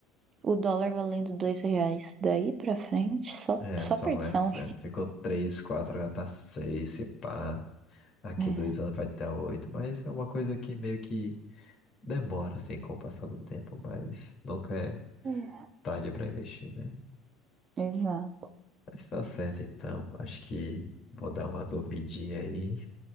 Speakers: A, on the right; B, on the left.
A: O dólar valendo dois reais daí pra frente, só,
B: é,
A: só
B: só
A: perdição.
B: vai, né? Ficou 3 4 agora tá 6 se pá. Daqui
A: É,
B: dois anos vai ter oito mas é uma coisa que meio que demora assim com o passar do tempo, mas nunca é
A: é,
B: tarde para investir, né?
A: exato.
B: Mas tá certo então, acho que vou dar uma dormidinha aí